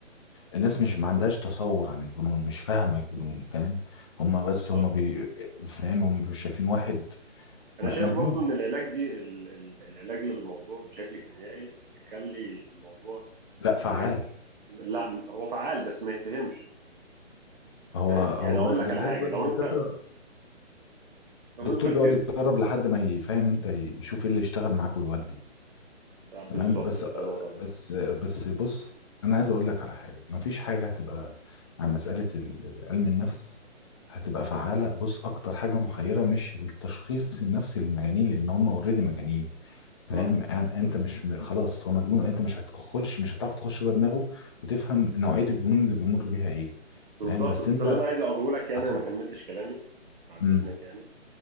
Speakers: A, on the left; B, on the right.
A: الناس مش ما عندهاش تصور عن الجنون مش فاهمة الجنون فاهم هما
B: بالظبط
A: بس هما بي... فاهم هما مش شايفين واحد
B: انا
A: م-
B: شايف
A: مجنون
B: برضو ان العلاج دي ال- ال- العلاج للموضوع بشكل كيميائي بيخلي الموضوع
A: لا فعال
B: ما يت- لا هو فعال بس ما يتفهمش
A: هو
B: فاهم
A: هو
B: يعني اقول
A: ب...
B: لك
A: بالنسبة
B: على حاجه لو
A: للدكاترة
B: انت لو
A: الدكتور
B: انت اديت
A: بيقعد يجرب لحد ما يفهم انت يشوف ايه اللي يشتغل معاك ويودي
B: آه، بالظبط
A: تمام بس
B: الله ينور عليك
A: بس بس بص انا عايز اقول لك على حاجه مفيش حاجه هتبقى عن مساله ال- علم النفس هتبقى فعاله بص اكتر حاجه محيره مش التشخيص النفسي للمجانين لان هم اوريدي مجانين فاهم
B: مم.
A: يعني انت مش م- خلاص هو مجنون انت مش هتخش مش هتعرف تخش جوه دماغه وتفهم نوعيه الجنون اللي بيمر بيها ايه
B: بالظبط
A: فاهم بس
B: بس
A: انت
B: اللي انا عايز اقوله لك يعني
A: هت...
B: انا ما كملتش كلامي بعد
A: مم.
B: اذنك يعني